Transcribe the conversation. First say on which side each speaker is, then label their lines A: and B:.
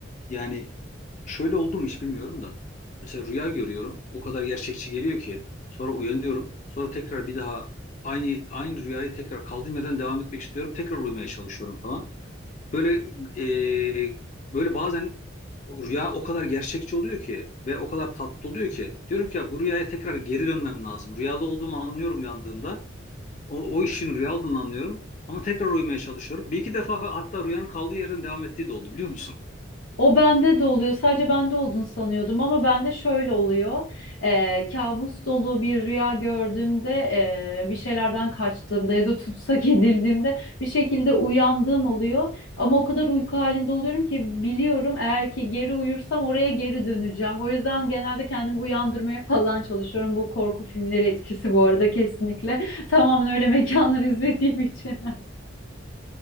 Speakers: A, on the left; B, on the left.
A: yani şöyle oldu mu hiç bilmiyorum da. Mesela rüya görüyorum. O kadar gerçekçi geliyor ki. Sonra uyanıyorum. Sonra tekrar bir daha aynı aynı rüyayı tekrar kaldığım yerden devam etmek istiyorum. Tekrar uyumaya çalışıyorum falan. Böyle e, böyle bazen rüya o kadar gerçekçi oluyor ki ve o kadar tatlı oluyor ki. Diyorum ki ya bu rüyaya tekrar geri dönmem lazım. Rüyada olduğumu anlıyorum uyandığımda. O, o işin rüya olduğunu anlıyorum. Ama tekrar uyumaya çalışıyorum. Bir iki defa fa- hatta rüyanın kaldığı yerden devam ettiği de oldu biliyor musun?
B: O bende de oluyor. Sadece bende olduğunu sanıyordum ama bende şöyle oluyor. Eee, kabus dolu bir rüya gördüğümde, eee, bir şeylerden kaçtığımda ya da tutsak <laughs> edildiğimde bir şekilde uyandığım oluyor. Ama o kadar uyku halinde oluyorum ki biliyorum eğer ki geri uyursam oraya geri döneceğim. O yüzden genelde kendimi uyandırmaya <laughs> falan çalışıyorum. Bu korku filmleri etkisi bu arada kesinlikle. <laughs> Tamamen öyle mekanlar izlediğim için.